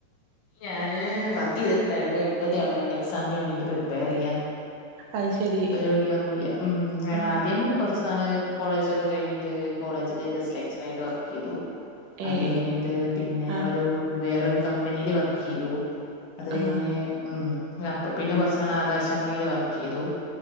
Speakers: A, on the left; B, on the right.
A: ഞാനെ വർക്ക് ചെയ്തിട്ടുണ്ടായിരുന്നു ഇപ്പൊ ഗവൺമെന്റ് എക്സാമിന് വേണ്ടിട്ട് പ്രിപ്പയർ ചെയ്യാ
B: അത് ശെരി
A: ഇപ്പം ജോലി ഒന്നുയില്ല്യാ ഉം ഞാൻ
B: ആഹ്
A: ആദ്യം കെറച്ച് നാള് കോളേജൊക്കെ കഴിഞ്ഞി ട്ട് കോളേജിലെ ഗസ്റ്റ് ലക്ചറായി വർക്ക് ചെയ്തു അത്
B: ഏഹ്
A: കഴിഞ്ഞിട്ട് പിന്നെ
B: ആഹ്
A: ഒരു വേറൊരു കമ്പനിയിൽ വർക്ക് ചെയ്തു അത് കഴിഞ്ഞ്
B: ആഹ്
A: ഉംഹ് അപ്പെ പിന്നെ കെറച്ചനാള് ആകാശവാണിയില് വർക്ക് ചെയ്തു